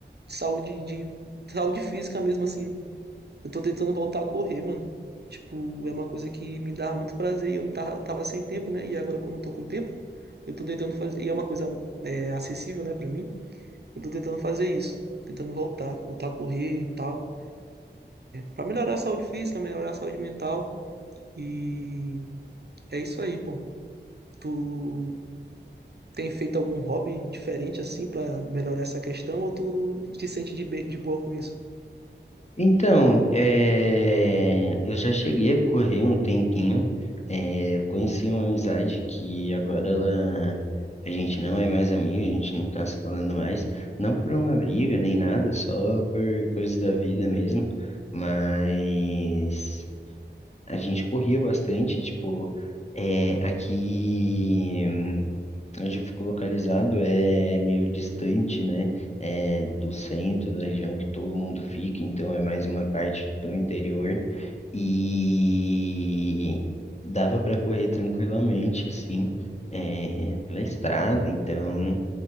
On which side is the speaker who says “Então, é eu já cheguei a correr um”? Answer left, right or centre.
Left